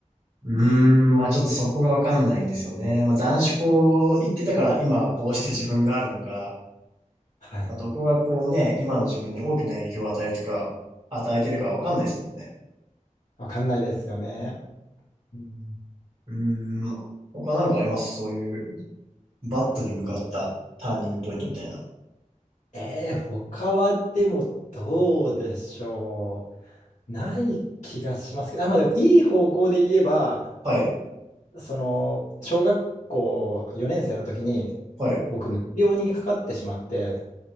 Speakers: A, on the right (about 35°); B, on the left (about 60°).
A: うーん、まあちょっとそこがわかんないんですよね。まあ男子校行ってたから今こうして自分があるのか、
B: はい。
A: まあどこがこうね、今の自分に大きな影響を与えるとか、与えてるかわかんないですもんね。
B: 分かんないですよね。うん、
A: うーん、他なんかありますそういう、バットに向かったターニングポイントみたいな。
B: えー、他はでもどうでしょう。ない気がしますけど、あ、まあでもいい方向で言えば、
A: はい、
B: その、小学校4年生の時に、
A: はい、
B: 僕、難病にかかってしまって、